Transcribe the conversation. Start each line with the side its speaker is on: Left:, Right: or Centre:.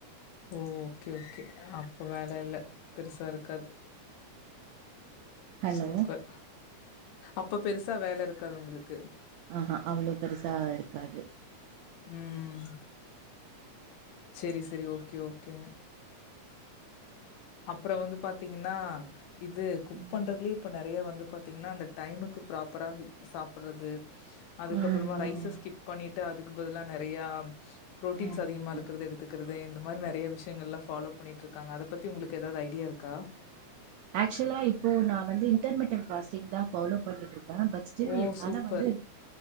Left: ஓ ஓகே ஓகே அப்ப வேல இல்ல பெருசா இருக்காது
Right: ஹலோ
Left: சூப்பர் அப்ப பெருசா வேல இருக்காது உங்ளுக்கு
Right: ஆஹஹா அவ்ளோ பெருசா இருக்காது
Left: உம் சரி சரி ஓகே ஓகேங்க அப்றோ வந்து பாத்தீங்கன்னா இது குக்
Right: ம்
Left: பண்றதுலயே இப்ப நெறையா வந்து பாத்தீங்கன்னா அந்த டைமுக்கு ப்ராப்பரா சாப்பறது அதுக்கப்றமா
Right: ம்
Left: ரைஸ ஸ்கிப் பண்ணிட் ட்ட அதுக்குபதிலா நெறையா புரோட்டீன்ஸ்
Right: ம் ம்
Left: அதிகமா இருக்குறத எடுத்துக்கறது இந்த மாரி நெறைய விஷயங்கள ஃப்பால்லோ பண்ணிட்டு இருக்காங்க அத பத் தி உங்ளுக்கு எதாவது ஐடியா இருக்கா
Right: ஆக்சுவலா இப்போ நா வந்து இன்டர்மீட்டர் ப்ராசிங் தா ஃபாலோ பண்ணிட்ருக்கே பசிச்சது
Left: ஓ!
Right: என்னால
Left: சூப்பர்.
Right: வந்து